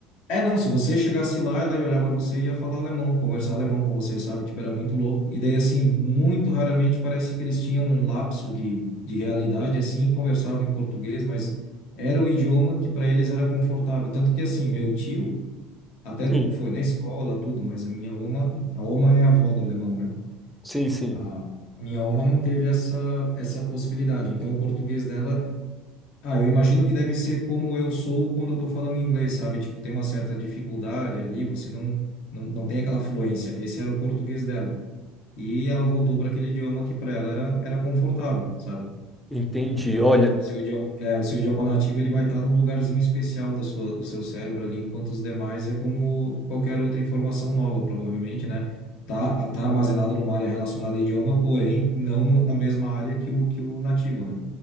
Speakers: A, on the left; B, in the centre.
A: É, não, se você chegasse lá, ela ia olhar pra você e ia falar alemão, conversar alemão com você, sabe? Tipo, era muito louco. E daí, assim, muito raramente parece que eles tinham um lapso de, de realidade, assim, e conversavam em português, mas era o idioma que para eles era confortável. Tanto que, assim, meu tio até
B: Sim,
A: foi na escola, tudo, mas a minha oma, a oma é a avó do alemão, né?
B: sim, sim.
A: A minha alma não teve essa, essa possibilidade. Então, o português dela. Ah, eu imagino que deve ser como eu sou quando eu estou falando inglês, sabe? Tipo, tem uma certa dificuldade ali, você não, não, não tem aquela fluência. Esse era o português dela. E ela voltou para aquele idioma que para ela era, era confortável, sabe?
B: Entendi.
A: Então,
B: Olha,
A: o seu idioma, é, o seu idioma nativo ele vai estar num lugarzinho especial da sua, do seu cérebro ali, enquanto os demais é como qualquer outra informação nova, provavelmente, né? Tá, tá armazenado numa área relacionada a idioma, porém não no, na mesma área que o, que o nativo, né?